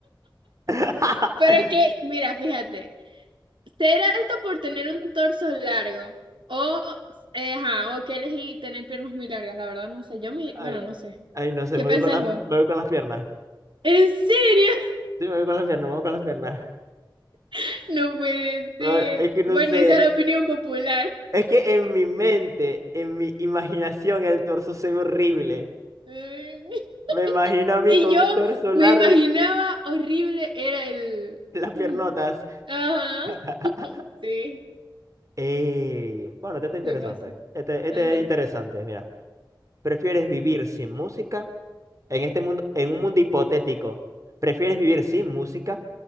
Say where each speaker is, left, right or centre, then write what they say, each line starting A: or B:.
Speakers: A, on the right (about 40°); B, on the right (about 75°).
A: <laughs>
B: Pero es que, mira, fíjate, ser alto por tener un torso largo o, eh, ajá, o que elegí tener piernas muy largas, la verdad no sé, yo me,
A: Ay,
B: bueno, no sé.
A: ay, no sé,
B: ¿Qué
A: me
B: pensáis
A: voy con las,
B: vos?
A: me voy con las piernas.
B: ¿En serio?
A: Sí, me voy con las piernas, me voy con las piernas.
B: <laughs> No puede ser.
A: No, es que no
B: Bueno,
A: sé,
B: esa es la opinión popular.
A: es que en mi mente, en mi imaginación, el torso se ve horrible.
B: Ay, <laughs>
A: Me imagino a mí
B: Y
A: con
B: yo
A: un torso
B: me
A: largo
B: imaginaba
A: y
B: horrible era el...
A: las
B: <clears throat>
A: piernotas.
B: Ajá,
A: <laughs>
B: sí,
A: Ey, bueno, este está interesante.
B: ¿qué pasa?
A: Este, este
B: Ajá,
A: es interesante, mira. ¿Prefieres vivir sin música? En este mundo, en un mundo hipotético, ¿prefieres vivir sin música